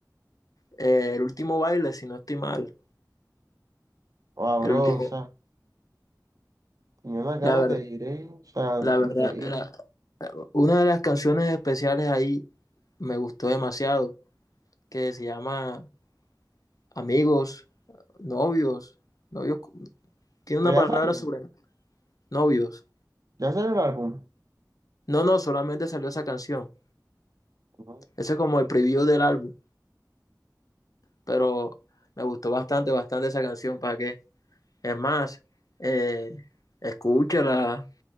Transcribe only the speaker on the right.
Ah,
bro,
o sea, tenía unas ganas
de ir, eh, O sea,
increíble.
Pero
ya
salió,
ya salió el álbum.
Ujú.